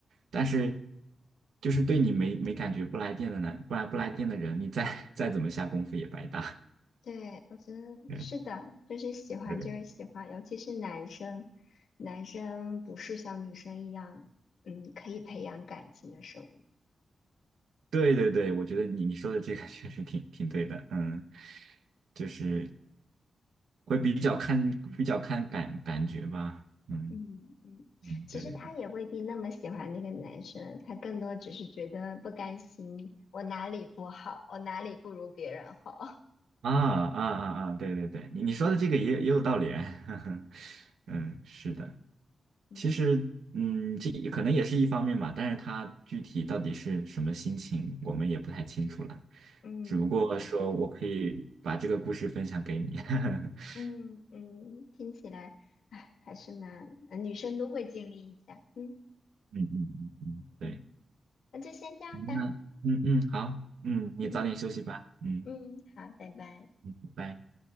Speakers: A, on the right; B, on the left.
A: 但是，
B: 嗯，
A: 就是对你没没感觉不来电的呢，不来不来电的人，你再 <laughs> 再怎么下功夫也白搭。
B: 对，我觉得是的，
A: <laughs> 对
B: 就是喜欢就是喜欢，
A: 对对，
B: 尤其是男生，男生不是像女生一样，嗯，可以培养感情的生物。
A: 对对对，我觉得你你说的这个 <laughs> 确实挺挺对的，嗯，就是会比较看比较看感感觉吧，嗯
B: 嗯嗯，
A: 嗯，
B: 其实他也未必那么喜欢那个男生，
A: 对对对，
B: 他更多只是觉得不甘心，我哪里不好，我哪里不如别人好。
A: 啊啊啊啊，对对对，你你说的这个也也有道理，<laughs> 呵呵嗯，是的，
B: <laughs> 嗯。
A: 其实嗯，这可能也是一方面吧，但是他具体到底是什么心情，我们也不太清楚了，
B: 嗯，
A: 只不过说我可以把这个故事分享给你，
B: 对，
A: <laughs>
B: 嗯嗯，听起来，哎，还是蛮，呃女生都会经历一下，嗯
A: 嗯嗯嗯嗯，对。
B: 嗯，那就先这样吧，
A: 行那嗯嗯，好，嗯，你早点休息吧，
B: 嗯
A: 嗯
B: 嗯，好，拜拜。
A: 嗯，拜拜。